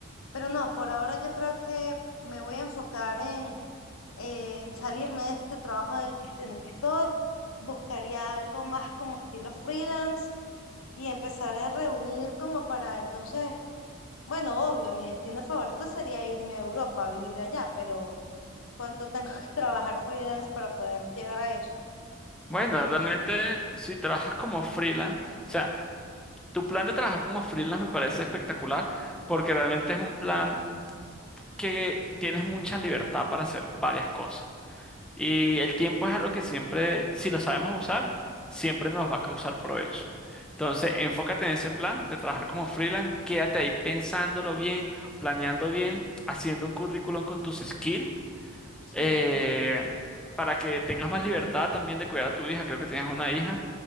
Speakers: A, on the left; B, in the centre.
A: pero no, por ahora yo creo que me voy a enfocar en, en salirme de este trabajo del que, en el que estoy, buscaría algo más como estilo freelance y empezar a reunir como para entonces... Bueno, obvio, mi destino favorito sería irme a Europa a vivir allá, pero, cuánto tengo que <laughs> trabajar freelance para poder llegar a eso.
B: Bueno,
A: Entonces,
B: realmente si trabajas como freelance, o sea, tu plan de trabajar como freelance me parece espectacular porque realmente es un plan que tienes mucha libertad para hacer varias cosas. Y el tiempo es algo que siempre, si lo sabemos usar, siempre nos va a causar provecho. Entonces, enfócate en ese plan de trabajar como freelance, quédate ahí pensándolo bien, planeando bien, haciendo un currículum con tus skills,
A: sí,
B: eh, para que tengas más libertad también de cuidar a tu hija, creo que tienes una hija,